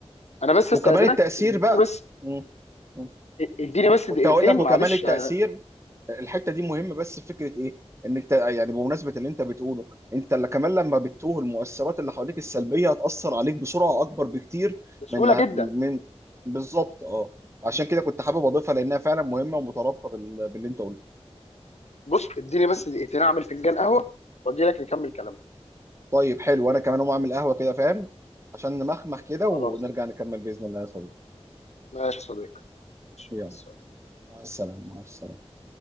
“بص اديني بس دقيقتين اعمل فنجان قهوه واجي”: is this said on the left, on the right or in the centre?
Left